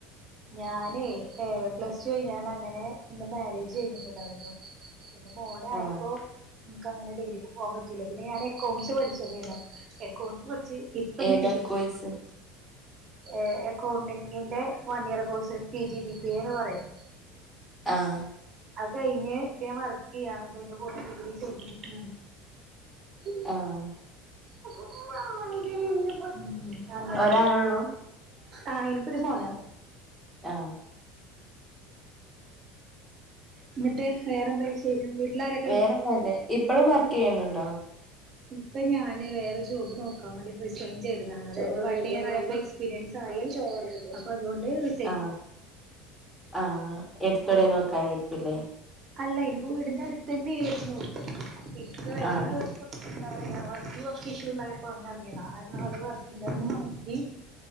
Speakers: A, on the right; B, in the centre.
A: ഞാനേ ഏ പ്ലസ് ടു കയ്ഞ്ഞാണ്ടങ്ങനെ ൻ്റെ മേരേജഴിഞ്ഞിട്ടുണ്ടായിരുന്നു. പിന്നെ മോനായപ്പോ
B: ആഹ്
A: ക്കങ്ങനെ ഡിഗ്രിക്ക് പോം പറ്റില്ല പിന്നെ ഞാന് എക്കൗണ്ട്സ് പഠ്ച്ചതേന്നു എക്കൗണ്ട്സ് പഠ്ച്ച്. ഇപ്പ ഞാ
B: ഏതാ
A: ഡിഗ്രിരി
B: കോഴ്സ്
A: ചെയ്തോണ്ട് ഏഹ് എക്കൗണ്ടിണ്ണിങ്ങിന്റെ one year course P G D P A ന്ന് പറയും.
B: ആഹ്
A: അത് കയ്ഞ് പ്പഞാ വർക്കെയ്യാണ് പ്പഐന്റെ കൂടെ ഡിഗ്രി ചെയ് -
B: ആഹ്.
A: ഉം അങ്ങനെ.
B: ഒരാളൊള്ളൂ
A: ആ ഇൻകൊരു മോനാ
B: ആഹ്
A: ന്നിട്ട് വേറെന്താ വി <unintelligible>
B: വേറെക്കല്ലേ ഇപ്പളും വർക്കെയ്യുന്നുണ്ടോ?
A: ഇപ്പൊ ഞാന് വേറെ ജോബ് നോക്കാവേണ്ടി റിസൈൻ ചെയ്തതാണ് അത് വണ്ണിയിറായപ്പൊ പിരീട്സായി അപ്പൊ അതുകൊണ്ട് റി
B: ആ ആ എടുത്തോടെ
A: ഉം
B: നോക്കാനായിരിക്കുല്ലേ
A: അല്ല ഇൻക്ക് വീടിന്റടുത്തന്നെര്ന്നു അപ്പിൻക്ക് വേറൊരു
B: ആഹ്
A: കൊർ എന്താറ്യ വർക്കികൊർച്ച് ഇഷ്യൂണ്ടായപ്പോ അങ്ങനെർങ്ങ്യതാ ആര്ണ അത് വർക്കിങ്ട്ടൈമ് മാറ്റി-